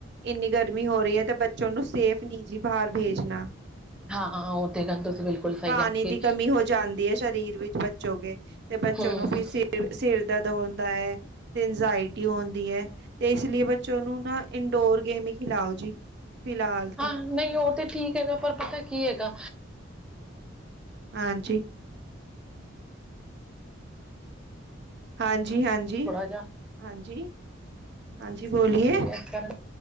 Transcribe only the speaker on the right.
ਇੰਨੀ ਗਰਮੀ ਹੋ ਰਹੀ ਹੈ ਤੇ ਬ ਉਹਨੂੰ ਸੇਫ ਨੀ ਜੀ ਬਾਹਰ ਭੇਜਣਾ।
ਪਾਣੀ
ਦੀ ਕਮੀ ਹੋ ਜਾਂਦੀ ਹੈ ਸਰੀਰ ਵਿੱਚ ਬੱਚੋਕੇ ਤੇ ਬੱਚੋਂ
ਨੂੰ ਫ ਤੇ ਸਿਰ ਦਾ ਦਾ ਹੁੰਦਾ ਹੈ। ਤੇ ਇੰਜਾਇਟੀ ਹੁੰਦੀ ਹੈ ਤੇ ਇਸ ਲਈ ਬੱਚੋ ਨੂੰ ਨਾ ਇਨਡੋਰ ਗੇਮ ਹੀ ਖਿਲਾਓ ਜੀ। ਫਿਲਹਾਲ
ਤੋਂ
ਹਾਂ ਜੀ। ਹਾਂਜੀ-ਹਾਂਜੀ-ਹਾਂਜੀ-ਹਾਂਜੀ
ਬੋਲੀਏ।